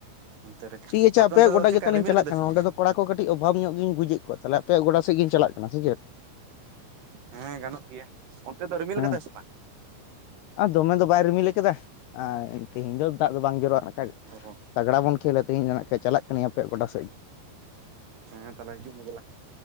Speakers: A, on the right; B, on the left.
A: ᱚᱱᱛᱮ ᱨᱮ,
B: ᱴᱷᱤᱠ ᱟᱪᱷᱮ
A: ᱟᱯᱮ
B: ᱟᱯᱮᱭᱟᱜ
A: ᱚᱱᱛᱮ ᱫᱚ
B: ᱜᱚᱰᱟ
A: ᱪᱮᱫᱠᱟ
B: ᱜᱮᱛᱟᱞᱤᱧ
A: ᱨᱤᱢᱤᱞ
B: ᱪᱟᱞᱟᱜ
A: ᱠᱟᱫᱟᱭ
B: ᱠᱟᱱᱟ
A: ᱥᱮ ᱵᱟᱝ?
B: ᱚᱸᱰᱮ ᱫᱚ ᱠᱚᱲᱟ ᱠᱚ ᱠᱟᱹᱴᱤᱡ ᱚᱵᱷᱟᱵᱽ ᱧᱚᱜ ᱜᱧ ᱵᱩᱡᱮᱫ ᱠᱚᱣᱟ ᱛᱟᱦᱚᱞᱮ ᱟᱯᱮᱭᱟᱜ ᱜᱰᱟ ᱥᱮᱫᱜᱤᱧ ᱪᱟᱞᱟᱜ ᱠᱟᱱᱟ, ᱥᱮ ᱪᱮᱫ?
A: ᱦᱮᱸ ᱜᱟᱱᱚᱜ ᱜᱮᱭᱟ ᱚᱱᱛᱮ ᱫᱚ ᱨᱤᱢᱤᱞ
B: ᱦᱮᱸ
A: ᱠᱟᱫᱟᱭ ᱥᱮ ᱵᱟᱝ?
B: ᱟᱨ ᱫᱚᱢᱮ ᱫᱚ ᱵᱟᱭ ᱨᱤᱢᱤᱞ ᱠᱟᱫᱟ ᱟᱨ ᱛᱮᱤᱦᱤᱧ ᱫᱚ ᱫᱟᱜ ᱫᱚ ᱵᱟᱝ ᱡᱚᱨᱚᱜ-ᱟ ᱱᱟᱜᱠᱷᱟᱡ,
A: ᱚ
B: ᱛᱟᱜᱽᱲᱟ ᱵᱚᱱ ᱠᱷᱮᱞᱟ᱾ ᱛᱮᱦᱮᱧ ᱫᱚ ᱱᱟᱜᱠᱷᱟᱡ ᱪᱟᱞᱟᱜ ᱠᱟᱹᱱᱟᱹᱧ ᱟᱯᱮᱭᱟᱜ ᱜᱚᱰᱟ ᱥᱮᱫ ᱜᱮ᱾
A: ᱦᱮᱸ᱾ ᱦᱮᱸ ᱛᱟᱦᱚᱞᱮ ᱦᱤᱡᱩᱜ ᱢᱮ ᱫᱮᱞᱟ᱾